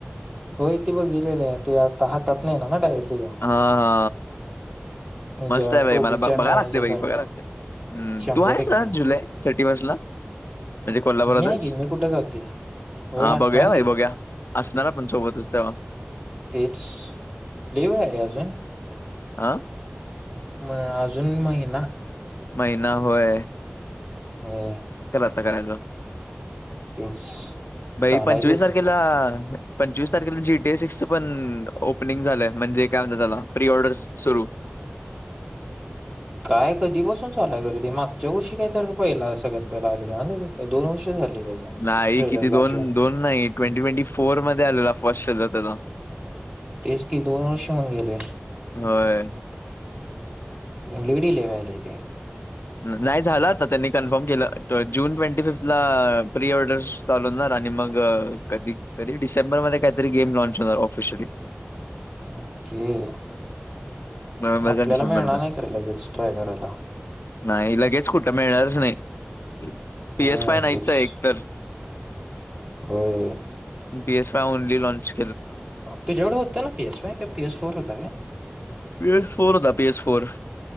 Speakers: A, on the right (about 25°); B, on the left (about 65°).
A: हो ते बघ गेलेले ते आता हातात नाही ना डायरेक्ट. त्याच्या
B: हा हा.
A: हिच्या
B: मस्त आहे बाई
A: टोबीच्या
B: मला बघाय
A: म्या
B: लागते
A: ह्याच्यासारख्या
B: बाई बघायला लागते. हम्म
A: शंभर
B: तू आहे
A: टक्के
B: सर जुलै थर्टी फर्स्ट ला. म्हणजे कोल्हापुरातच.
A: मी आहे की मी कुठं जाते होय
B: हा
A: असणार
B: बघया भाई
A: की
B: बघया असणार पण सोबतच तेव्हा.
A: तेच लयीत वेळ आहे रे अजून.
B: आ
A: म अजून महिना.
B: महिना होय.
A: होय.
B: करायच
A: तेच
B: भाई
A: चालायचंच
B: पंचवीस तारखेला पंचवीस तारखेला जीटीए सिक्स पण ओपनिंग झालंय म्हणजे काय म्हणत त्याला प्री ऑर्डर सुरू.
A: <inaudible> काय कधी बसून चालाय खरं ते मागच्या वर्षी काय तर पहिला सगळ्यात पहिला आलेलं दोन वर्ष झाली त्याचा
B: नाही
A: ट्रेलर
B: किती
A: लॉन्च
B: दोन
A: होऊन
B: दोन नाही ट्वेंटी ट्वेंटी फोर मध्ये आलेला फर्स्ट त्याचा.
A: तेच की दोन वर्ष होऊन गेले.
B: होय
A: लिडी ललेवाला तेे.
B: न- नाही झाला आता त्यांनी कन्फर्म केलं जून ट्वेंटी फिफ्थ ला प्री ऑर्डरस चालूणार आणि मग कधी कधी डिसेंबरमध्ये काहीतरी गेम लँच होणार ऑफिशयली.
A: अ ओके.
B: नोव्हेंबर
A: आपल्याला
B: का डिसेंबरमध्ये
A: मिळणार नाही खरं लगेच ट्राय करायला.
B: नाही लगेच कुठं मिळणारच नाही
A: हम्म
B: पी एस फाय नाहीच
A: तेच
B: एक तर.
A: होय.
B: P S five only launch
A: तुझ्याकढं होतं ना पीएस फय का पीएस फोर होता काय?
B: पी एस फोर होता पी एस फोर.